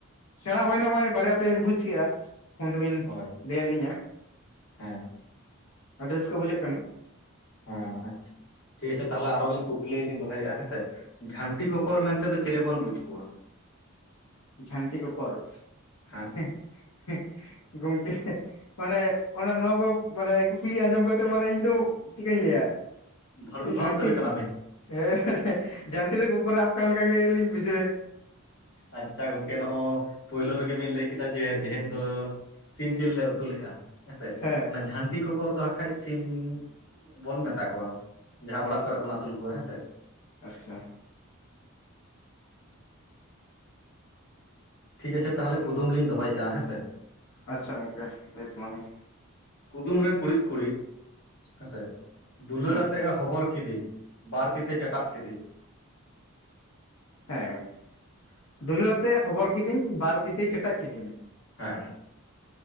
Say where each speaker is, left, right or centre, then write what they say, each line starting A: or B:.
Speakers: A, on the left; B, on the left.
A: ᱥᱮᱬᱟ ᱦᱩᱭᱱᱟ ᱱᱚᱜᱼᱚᱭ ᱵᱟᱨᱭᱟ ᱯᱮᱭᱟᱧ ᱵᱩᱡ ᱠᱮᱜᱼᱟ ᱯᱷᱳᱱ ᱛᱮᱵᱮᱱ
B: ᱦᱳᱭ
A: ᱞᱟᱹᱭᱼᱟᱜ ᱞᱤᱧᱟ
B: ᱦᱮᱸ
A: ᱟᱹᱰᱤ ᱨᱟᱹᱥᱠᱟ ᱵᱩᱡᱷᱟᱹᱜ ᱠᱟᱱᱟ
B: ᱦᱮᱸ ᱟᱪᱪᱷᱟ ᱴᱷᱤᱠ ᱜᱟᱪᱷᱮ ᱛᱟᱦᱚᱞᱮ ᱟᱨᱚᱞᱤᱧ ᱠᱩᱠᱞᱤ ᱞᱤᱧ ᱫᱚᱦᱚᱭᱮᱜᱼᱟ ᱦᱮᱸᱥᱮ ᱡᱷᱟᱹᱱᱴᱤ ᱠᱚᱠᱚᱨ ᱢᱮᱱᱛᱮᱫᱚ ᱪᱤᱞᱤ ᱵᱚᱱ ᱵᱩᱡ ᱠᱚᱣᱟ
A: ᱡᱷᱟᱹᱱᱴᱤ ᱠᱚᱠᱚᱨ
B: ᱦᱮᱸ
A: ᱦᱮᱸᱜ ᱦᱮᱸᱜ ᱜᱚᱢᱠᱮ ᱢᱟᱱᱮ ᱚᱱᱟ ᱱᱚᱣᱟ ᱠᱚ ᱢᱟᱱᱮ ᱠᱩᱠᱞᱤ ᱟᱸᱡᱚᱢ ᱠᱟᱛᱮᱜ ᱢᱟᱱᱮ ᱤᱧ ᱫᱚ ᱪᱮᱫᱠᱟᱧ ᱞᱟᱹᱭᱟ
B: ᱵᱷᱟᱹᱲᱩᱢᱵᱷᱟᱜ
A: ᱡᱷᱟᱹᱱᱴᱤ
B: ᱩᱛᱟᱹᱨ ᱠᱟᱱᱟᱵᱤᱱ
A: ᱦᱮᱸ ᱡᱷᱟᱹᱱᱴᱤ ᱨᱮ ᱠᱚᱠᱚᱨ‌ ᱮ ᱟᱵ ᱠᱟᱱ ᱞᱮᱠᱟ ᱜᱮᱻᱞᱤᱧ ᱵᱩᱡᱷ
B: ᱟᱪᱪᱷᱟ ᱜᱚᱢᱠᱮ ᱱᱚᱜᱼᱚᱭ ᱯᱳᱭᱞᱳ ᱨᱮᱜᱮ ᱵᱤᱱ ᱞᱟᱹᱭ ᱠᱮᱫᱟ ᱡᱮ ᱛᱮᱦᱮᱧ ᱫᱚ ᱥᱤᱢ ᱡᱮᱞ ᱞᱮ ᱩᱛᱩ ᱞᱮᱜ-ᱟ ᱦᱮᱸᱥᱮ
A: ᱦᱮᱸ
B: ᱚᱱᱟ
A: ᱦᱮᱸ
B: ᱡᱷᱟᱹᱱᱴᱤ ᱠᱚᱠᱚᱨ ᱫᱚ ᱱᱟᱠᱷᱟᱡ ᱥᱤᱢ ᱵᱚᱱ ᱢᱮᱛᱟ ᱠᱚᱣᱟ ᱡᱟᱦᱟ
A: ᱟᱪᱪᱷᱟ
B: ᱚᱲᱟᱜ ᱠᱚᱨᱮᱜ ᱵᱚᱱ ᱟᱹᱥᱩᱞ ᱠᱚᱣᱟ ᱦᱮᱸᱥᱮ
A: ᱟᱪᱪᱷᱟ
B: ᱴᱷᱤᱠ ᱜᱟᱪᱷᱮ ᱛᱟᱦᱚᱞᱮ ᱠᱩᱫᱩᱢ ᱞᱤᱧ ᱫᱚᱦᱚᱭᱮᱜᱼᱟ ᱦᱮᱸ ᱥᱮ
A: ᱟᱪᱪᱷᱟᱠ ᱜᱚᱢᱠᱮ ᱞᱮᱭ ᱛᱟᱞᱟᱝ ᱢᱮ
B: ᱠᱩᱫᱩᱢ ᱨᱮ ᱠᱩᱲᱤᱫ ᱠᱩᱲᱤᱫ ᱦᱮᱸᱥᱮ ᱫᱩᱞᱟᱹᱲ
A: ᱦᱮᱸ
B: ᱟᱛᱮᱜ ᱮ ᱦᱚᱵᱚᱨ ᱠᱤᱫᱤᱧ ᱵᱟᱨ ᱛᱤ ᱛᱮ ᱪᱮᱴᱟᱜ ᱠᱤᱫᱤᱧ
A: ᱦᱮᱸ ᱫᱟᱩᱞᱟᱹᱲ ᱟᱛᱮᱜ ᱮ ᱦᱚᱵᱚᱨ ᱠᱤᱫᱤᱧ ᱵᱟᱨ ᱛᱤ ᱛᱮ ᱪᱮᱴᱟᱜ ᱠᱤᱫᱤᱧ
B: ᱦᱮᱸ